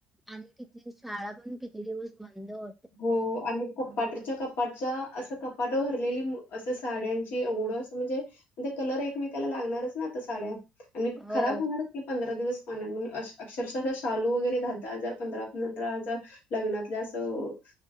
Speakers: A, in the centre; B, on the left.
A: आणि किती शाळा पण किती दिवस बंद हो
B: हो आणि कपाटच्या कपाटच्या असं कपाट भरलेली असं साड्यांची एवढं असं म्हणजे. म्ह ते कलर एकमेकाला लागणारच ना आता साड्या आणि
A: हो.
B: खराब होणार. की पंधरा दिवस पान अक्षरशः शालू वगैरे दहा दहा हजार पंधरा पंधरा हजार लग्नातल्या असं